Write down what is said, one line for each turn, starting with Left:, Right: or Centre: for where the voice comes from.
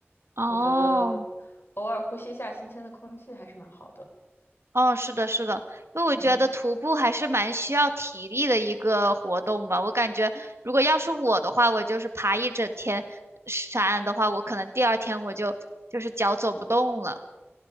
Right: 哦，
Left: 我觉得偶尔呼吸一下新鲜的空气还是蛮好的。
Right: 哦，是的，是的，因为我觉得徒步还是蛮需要体力的一个活动吧。
Left: 嗯。
Right: 我感觉，如果要是我的话，我就是爬一整天山的话，我可能第二天我就就是脚走不动了。